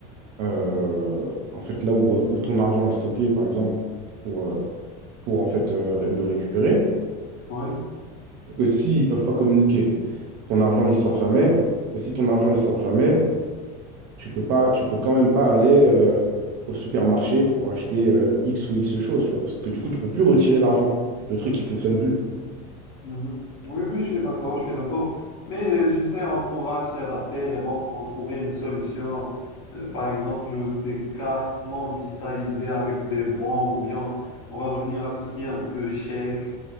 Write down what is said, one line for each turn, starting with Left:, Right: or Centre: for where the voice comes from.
Right: euh, en fait, là où, où ton argent est stocké, par exemple, pour euh, pour en fait euh, le récupérer.
Left: ouais.
Right: Que s'ils peuvent pas communiquer, ton argent il sort jamais. Et si ton argent il sort jamais, tu peux pas, tu peux quand même pas aller euh, au supermarché pour acheter euh, X ou X choses, tu vois, parce que du coup tu peux plus retirer d'argent. Le truc il fonctionne plus.
Left: Mhm. Oui, oui, je suis d'accord, je suis d'accord. Mais euh, tu sais, on pourra s'y adapter, les banques vont trouver une solution, euh, par exemple des cartes non digitalisées avec des bons, ou bien on va revenir à tout ce qui est un peu chèque